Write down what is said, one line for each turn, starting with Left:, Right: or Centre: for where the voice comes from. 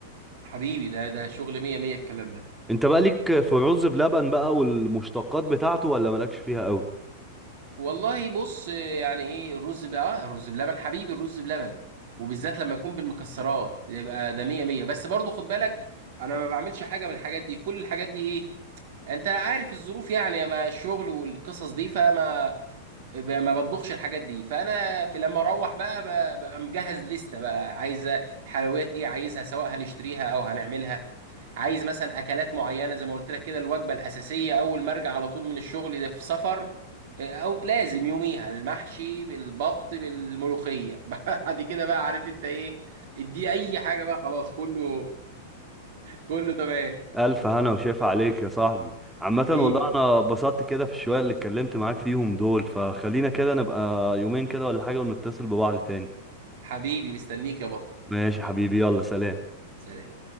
Right: حبيبي ده ده شغل مية مية الكلام ده
Centre: أنت بقى ليك في الرز بلبن بقى والمشتقات بتاعته ولا مالكش فيها أوي
Right: والله بص يعني ايه الرز بقى الرز بلبن حبيبي الرز بلبن وبالذات لما يكون بالمكسرات يبقى ده مية مية بس برضو خد بالك انا ما بعملش حاجة من الحاجات دي كل الحاجات دي ايه انت عارف الظروف يعني ما الشغل والقصص دي فما ب- ما بطبخش الحاجات دي فانا في لما اروح بقى ب- ببقى مجهز لستة بقى عايزه الحلويات ايه عايزها سواء هنشتريها او هنعملها عايز مثلا اكلات معينه زي ما قلت لك كده الوجبه الاساسيه اول ما ارجع على طول من الشغل ده في سفر آه، او لازم يوميها المحشي بالبط بالملوخيه <laughs> بعد كده بقى عارف انت ايه ادي اي حاجه بقى خلاص كله كله تمام
Centre: ألف هنا وشاف عليك يا صاحبي عامة
Right: حبيبي
Centre: والله
Right: يا بطل.
Centre: أنا اتبسطت كده في الشوية اللي اتكلمت معاك فيهم دول فخلينا كده نبقى يومين كده ولا حاجة ونتصل ببعض تاني
Right: حبيبي مستنيك يا بطل
Centre: ماشي حبيبي يلا سلام
Right: سلام